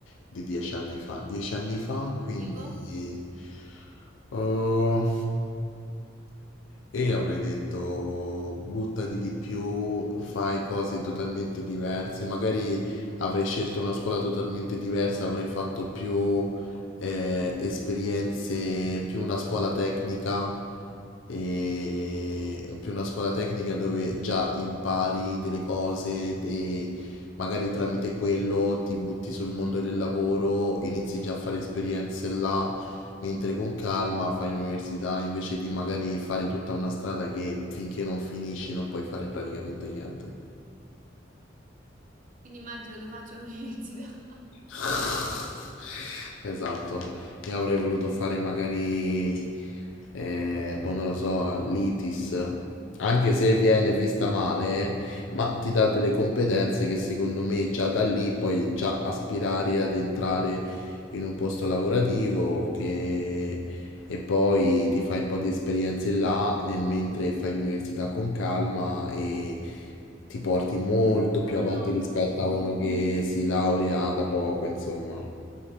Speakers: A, on the left; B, on the right.
A: di dieci anni fa. Dieci anni fa, quindi...
B: Tipo?
A: oh, E io avrei detto buttati di più, fai cose totalmente diverse, magari avrei scelto una scuola totalmente diversa, avrei fatto più eh, esperienze, più una scuola tecnica, e più una scuola tecnica dove già impari delle cose e magari tramite quello ti butti sul mondo del lavoro, inizi già a fare esperienze là mentre con calma fai l'università invece di magari fare tutta una strada che finché non finisci non puoi fare praticamente niente.
B: Quindi immagino lo faccio all'università. <laughs>
A: <laughs> Esatto, io avrei voluto fare magari, eh, boh, non lo so, l'ITIS, anche se viene vista male, eh, ma ti dà delle competenze che secondo me già da lì puoi già aspirare ad entrare in un posto lavorativo che... e poi ti fai un po' di esperienze là nel mentre fai l'università con calma e ti porti molto
B: No,
A: più avanti
B: no,
A: rispetto
B: quello...
A: a uno che si laurea da poco, insomma.